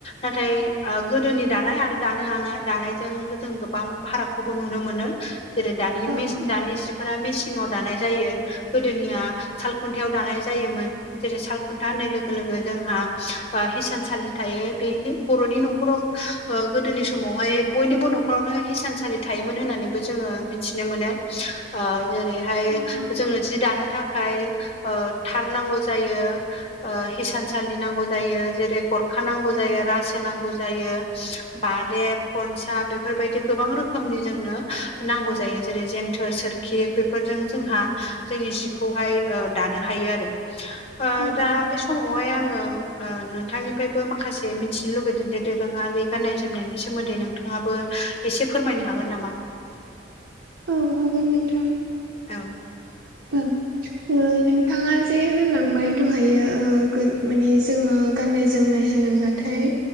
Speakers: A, on the left; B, on the right.
A: नाथाय ओ गोदोनि दानाय आरो दानो दानाय दानायजों जों गोबां फारागखौबो नुनो मोनो। जेरै दानि
B: औ
A: मिसिन
B: नंगौ
A: दानि जि फोरा मेसिङाव दानाय जायो गोदोनिया सालखुन्थायाव दानाय जायोमोन। जेरै सालखुन्था होननाय लोगो लोगो जोंहा ओ हिसानसालि थायो बे बर'नि नखराव ओ गोदोनि समावहाय बयनिबो नखरावनो हिसानसालि थायोमोन होननानैबो जोङो मिथिनो मोनो। ओ जेरैहाय
B: औ औ
A: जोङो जि दानो थाखाय ओ थार नांगौ जायो ओ हिसानसालि नांगौ जायो जेरै गर थाखानांगौ जायो रासो नांगौ जायो बालेब खनसा बेफोरबायदि गोबां रोखोमनि जोंनो नांगौ जायो जेरै जेन्थोर सोरखि बेफोरजों जोंहा जोंनि जिखौहाय ओ दानो हायो आरो। ओ
B: उम
A: दा
B: उम
A: बे समावहाय आङो ओ नोंथांनि फ्रायबो माखासे मिथिनो लुुबैदों जे दोरोङारि गान्नाय जोमनायनि सोमोन्दै नोंथाङाबो एसे फोरमायनो हागोन नामा?
B: औ हागोन नोंथां।
A: औ
B: औ ओ नोंथाङा जे होनलांबाय दहायो ओ गो माने जोङो गाननाय जोमनाय होनोब्ला थाय